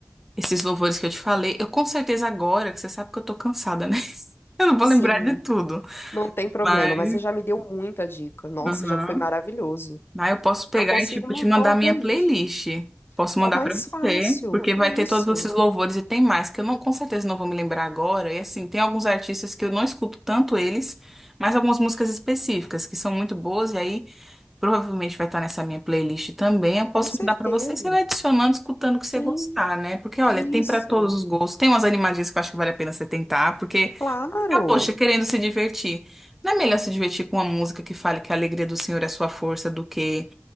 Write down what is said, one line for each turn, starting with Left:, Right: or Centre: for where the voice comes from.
Centre: esses louvores que eu te falei. Eu, com certeza, agora, que você sabe que eu tô cansada, né? <laughs> Eu não vou
Left: Sim.
Centre: lembrar de tudo.
Left: Não tem problema,
Centre: Mas.
Left: mas você já me deu muita dica. Nossa,
Centre: Uhum.
Left: já foi maravilhoso.
Centre: Ah, eu posso pegar
Left: Já consigo
Centre: e, tipo,
Left: montar
Centre: te mandar
Left: uma
Centre: minha
Left: playlist.
Centre: playlist. Posso mandar
Left: Ó, mais
Centre: pra
Left: fácil.
Centre: você, porque vai ter
Left: Isso,
Centre: todos esses louvores e tem mais, que eu não, com certeza não vou me lembrar agora. E assim, tem alguns artistas que eu não escuto tanto eles, mas algumas músicas específicas que são muito boas, e aí provavelmente vai estar nessa minha playlist também. Eu posso
Left: com certeza.
Centre: mandar pra você e você vai adicionando, escutando o que
Left: Sim,
Centre: você gostar, né? Porque, olha,
Left: isso.
Centre: tem pra todos os gostos. Tem umas animadinhas que eu acho que vale a pena você tentar, porque
Left: Claro.
Centre: fica, poxa, querendo se divertir. Não é melhor se divertir com uma música que fale que a alegria do Senhor é a sua força do que